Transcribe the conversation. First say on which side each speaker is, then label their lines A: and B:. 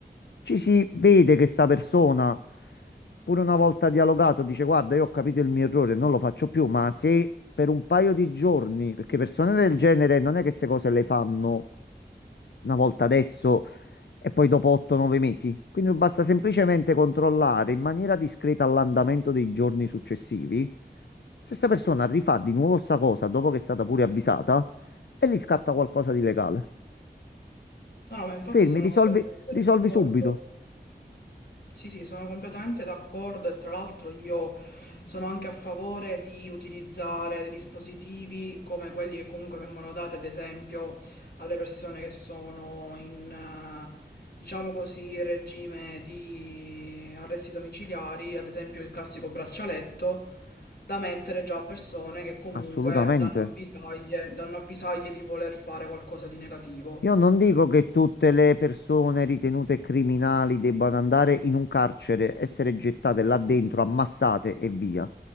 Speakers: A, on the left (about 85°); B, on the left (about 65°).
A: Ci si vede che sta persona, pure una volta dialogato, dice: Guarda, io ho capito il mio errore, non lo faccio più. Ma se per un paio di giorni, perché persone del genere non è che queste cose le fanno una volta adesso e poi dopo 8-9 mesi. Quindi basta semplicemente controllare in maniera discreta l'andamento dei giorni successivi. Se questa persona rifà di nuovo sta cosa dopo che è stata pure avvisata e gli scatta qualcosa di legale.
B: No, no, ma infatti
A: Fermi,
B: sono
A: risolvi,
B: completamente
A: risolvi
B: d'accordo.
A: subito.
B: Sì, sì, sono completamente d'accordo e tra l'altro io sono anche a favore di utilizzare dei dispositivi come quelli che comunque vengono dati, ad esempio, alle persone che sono in, eh, diciamo così, regime di arresti domiciliari, ad esempio il classico braccialetto da mettere già a persone che comunque
A: Assolutamente.
B: danno avvisaglie, danno avvisaglie di voler fare qualcosa di negativo.
A: Io non dico che tutte le persone ritenute criminali debbano andare in un carcere, essere gettate là dentro, ammassate e via.